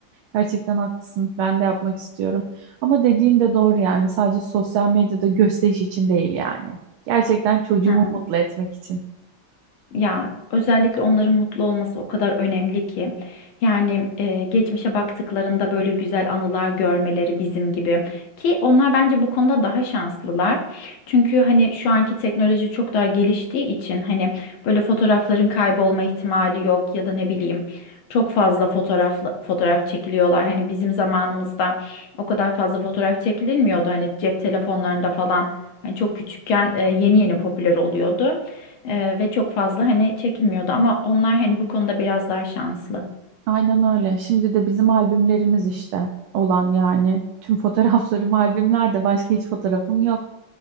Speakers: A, on the right; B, on the left.
A: Gerçekten haklısın. Ben de yapmak istiyorum. Ama dediğin de doğru yani. Sadece sosyal medyada gösteriş için değil yani. Gerçekten çocuğumu
B: Hı.
A: mutlu etmek için.
B: Ya özellikle onların mutlu olması o kadar önemli ki. Yani e, geçmişe baktıklarında böyle güzel anılar görmeleri bizim gibi. Ki onlar bence bu konuda daha şanslılar. Çünkü hani şu anki teknoloji çok daha geliştiği için hani böyle fotoğrafların kaybolma ihtimali yok ya da ne bileyim çok fazla fotoğraf fotoğraf çekiliyorlar. Hani bizim zamanımızda o kadar fazla fotoğraf çekilmiyordu. Hani cep telefonlarında falan hani çok küçükken e, yeni yeni popüler oluyordu. Ee, ve çok fazla hani çekilmiyordu ama onlar hani bu konuda biraz daha şanslı.
A: Aynen öyle. Şimdi de bizim albümlerimiz işte olan yani. Tüm fotoğraflarım albümlerde. Başka hiç fotoğrafım yok.